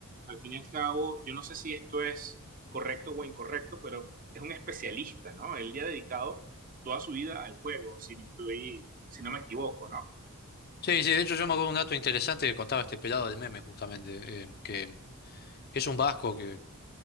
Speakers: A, on the right (about 40°); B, on the left (about 45°).
A: al fin y al cabo, yo no sé si esto es correcto o incorrecto, pero es un especialista, ¿no? Él le ha dedicado toda su vida al juego, si, estoy- si no me equivoco, ¿no?
B: Sí, sí, de hecho yo me acuerdo un dato interesante que contaba este pelado del meme, justamente, eh, que, que es un vasco que